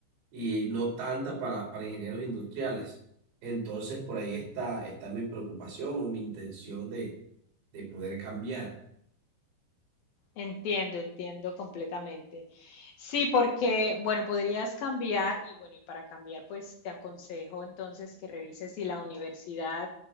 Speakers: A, on the right; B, on the left.
A: y no tanta para, para ingenieros industriales. Entonces, por ahí está, está mi preocupación o mi intención de, de poder cambiar.
B: Entiendo, entiendo completamente. Sí, porque, bueno, podrías cambiar y bueno, y para cambiar, pues te aconsejo entonces que revises si la universidad